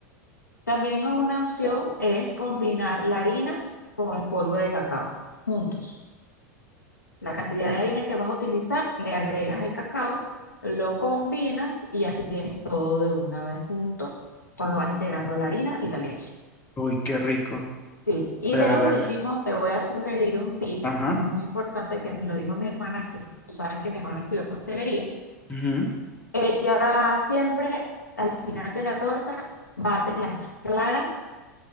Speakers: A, on the left (about 85°); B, on the left (about 20°).
A: También una opción es combinar la harina con el polvo de cacao juntos. la cantidad de harina que vas a utilizar, le agregas el cacao, lo combinas y así tienes todo de una vez junto cuando vas integrando la harina y la leche.
B: Uy, qué rico.
A: Sí, y
B: De
A: de
B: verdad.
A: último te voy a sugerir un tip
B: Ajá.
A: que es muy importante, que me lo dijo mi hermana, que tú sabes que mi hermana estudió pastelería.
B: ujú.
A: Ella siempre al final de la torta bate las claras,